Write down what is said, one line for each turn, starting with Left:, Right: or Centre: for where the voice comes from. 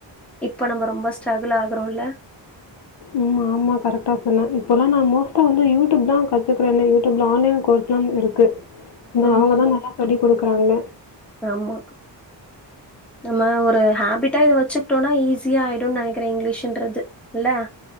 Centre: இப்ப நம்ப ரொம்ப ஸ்ட்ரகுள் ஆகுறோல்ல
Left: ம் ஆமா கரெட்டா சொன்னே இப்போலா நா மோஸ்ட்டா வந்து யூடியூப்தா கத்துக்றனே யூடியூப்ல ஆன்லைன் கோர்ஸ்லாம் இருக்கு இந்த
Centre: ம்.
Left: அவுங்கதா நல்லா சொல்லி குடுக்றாங்க
Centre: ஆமா நம்ம ஒரு ஹாபிட்டா இத வெச்சுக்ட்டோனா ஈஸியா ஆயிடுன் நெனைக்றே இங்கிலிஷுன்றது இல்ல